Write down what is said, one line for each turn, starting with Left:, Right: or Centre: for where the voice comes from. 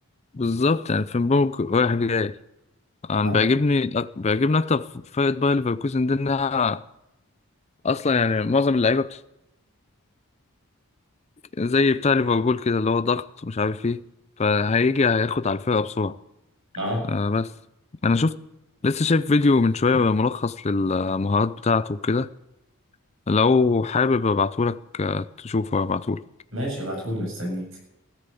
Left: بالظبط يعني فنبرج رايح جاي أنا
Right: اه
Left: بيعجبني بيعجبني أكتر في فرقة باير ليفركوزن دي إنها أصلا يعني معظم اللعيبة بت... زي بتاع ليفربول كده اللي هو ضغط ومش عارف إيه فهيجي هياخد على الفرقة بسرعة
Right: اه
Left: آه بس أنا شفت لسه شايف فيديو من شوية ملخص للمهارات بتاعته وكده لو حابب ابعتهولك آه، تشوفه ابعتهولك
Right: ماشي ابعتهولي مستنيك